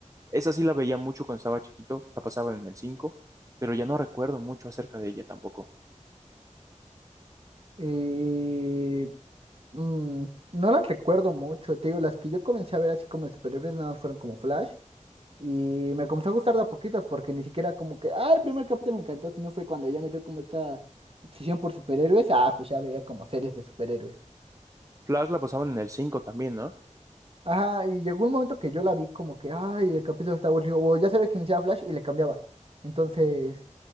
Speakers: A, on the right; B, on the right.
A: Esa sí la veía mucho cuando estaba chiquito, la pasaban en el 5, pero ya no recuerdo mucho acerca de ella tampoco.
B: Eh, mm, no las recuerdo mucho, te digo, las que yo comencé a ver así como de superhéroes nada más fueron como Flash. Y me comenzó a gustar de a poquitos porque ni siquiera como que, ah, el primer capítulo me encantó, sino fue cuando ya metió como esta obsesión por superhéroes, ah, pues ya veía como series de superhéroes.
A: Flash la pasaban en el 5 también, ¿no?
B: Ajá, y llegó un momento que yo la vi como que, ay, el capítulo está aburrido, o ya sabía que iniciaba Flash y le cambiaba. Entonces,